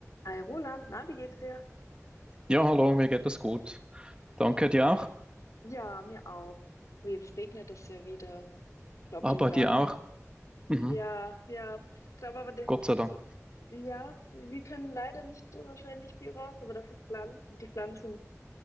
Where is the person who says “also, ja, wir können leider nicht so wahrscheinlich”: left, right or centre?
Left